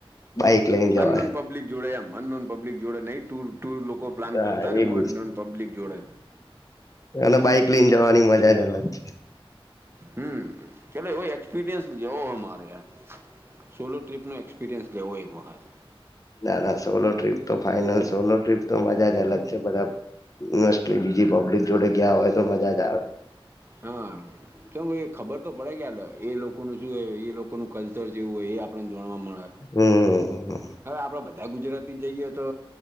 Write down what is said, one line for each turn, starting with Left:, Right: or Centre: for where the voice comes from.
Left: બાઈક લઈને જવાય
Right: અન્નનૂન પબ્લિક જોડે એમ અનનોન પબ્લિક જોડે નહી, ટુર ટુર લોકો પ્લાન
Left: હા
Right: કરતા ને
Left: એ
Right: મો
Left: બી
Right: અનનોન પબ્લિક જોડે
Left: અને બાઈક લઈને જવાની મજા જ અલગ છે.
Right: હમ્મ, ચલો એવો એક્સપીરિયન્સ લેવો હમારે એમ. સોલો ટ્રીપનો એક્સપિરિયન્સ લેવો એક વખત.
Left: ના ના સોલો ટ્રીપ તો ફાાઈનલ, સોલો ટ્રીપ તો મજા જ અલગ છે, બધ મસ્ટ બીજી પબ્લિક જોડે ગયા હોય તો મજાજ આવ
Right: હા કેમએ ખબર તો પડે કે હલે એ, લોકોનું શું એ, એ લોકોનું કલ્ચર જેવું હોય એ આપણને જોણવા મળે.
Left: હમ્મ
Right: હવે આપણે બધા ગુજરાત તી જઈએ તો,